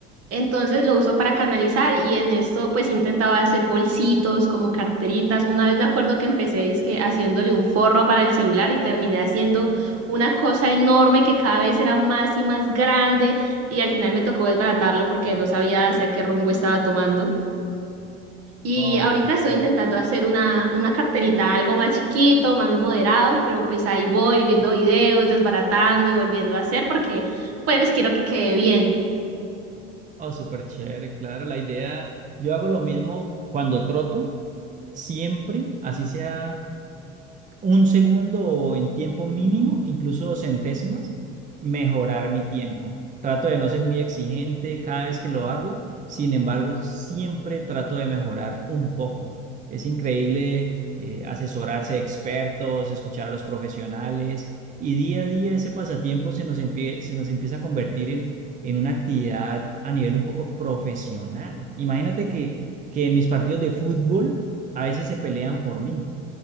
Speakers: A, on the right; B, on the right.
A: Entonces lo uso para canalizar y en esto pues intentaba hacer bolsitos como carteritas. Una vez me acuerdo que empecé dizque haciéndole un forro para el celular y terminé haciendo una cosa enorme que cada vez era más y más grande y al final me tocó desbaratarlo porque no sabía hacia qué rumbo estaba tomando. Y
B: Oh,
A: ahorita
B: qué
A: estoy
B: chévere.
A: intentando hacer una, una carterita, algo más chiquito, más moderado, pero pues ahí voy viendo videos, desbaratando y volviendo a hacer porque pues quiero que quede bien.
B: Oh, súper chévere, claro. La idea, yo hago lo mismo cuando troto, siempre, así sea. un segundo en tiempo mínimo, incluso centésimas, mejorar mi tiempo. Trato de no ser muy exigente cada vez que lo hago, sin embargo, siempre trato de mejorar un poco. Es increíble eh, asesorarse de expertos, escuchar a los profesionales y día a día ese pasatiempo se nos, empie- se nos empieza a convertir en, en una actividad a nivel un poco profesional. Imagínate que, que en mis partidos de fútbol a veces se pelean por mí.